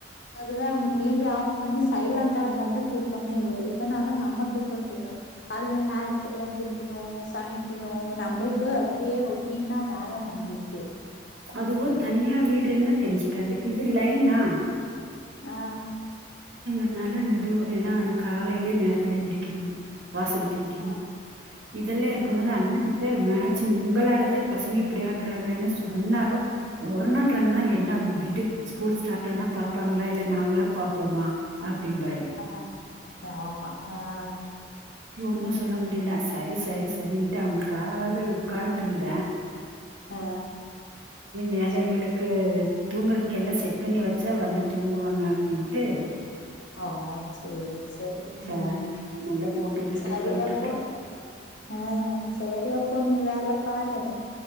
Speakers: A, on the left; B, on the right.
A: அதுவே அவங்க டி வி ஆஃப் பண்ணி சைலண்டா இருந்தாதா தூக்கமே வரும் இதனால நம்ம தூக்கம் கெட்ரு காலைல நேரத்துலே எந்திரிக்கணு சமைக்கணு நம்மளுக்கு அப்படியே ரொட்டீனா வேல நம்மளுக்கு
B: அதுவு
A: அ
B: தனியா வீடு இருந்தா தெரிஞ்சுக்காது இது லைனா
A: ஆ.
B: அதனால மெது ஏன்னா காலையிலயே நேரத்துல எந்திரிக்கணும் வாசல் தெளிக்கணும்
A: ஆ.
B: இதெல்லா இருக்கும்
A: ம்.
B: போது அண்ணாகிட்ட மே உங்களாலதான் பசங்க இப்படி ஆகறாங்கறாங்கன்னு சொன்னாலும் ஒரு நாள் ரெண்டு நாள் என்ன ஆகும் விடு ஸ்கூல் ஸ்டார் ஆனா பார்ப்பாங்களா இல்ல நாங்கள பாப்போமா அப்படிம்பாரு
A: ஆஹ் ஆமா ஆஹ
B: ஒன்னும் சொல்ல முடியல சரி சரி சரின்ட்டு அவங்களுக்காக உட்கார்ன்ட்டு இருந்தேன்
A: ஆ
B: மேலே
A: சரி
B: இவங்களுக்கு தூங்குறதுக்கு எல்லாம் செட் பண்ணி வச்சா வந்து தூங்குவாங்க அப்படின்னு ட் டு
A: ஒ சேரி சரி
B: ச-
A: உம்
B: நல்லா போட்டு விட்டுட்டு
A: சரி
B: உட்காந்துட்டு
A: அப்போ
B: இருக்கேன்
A: ஆஹ்ம் சரி அப்போ நீ வேலை பாரு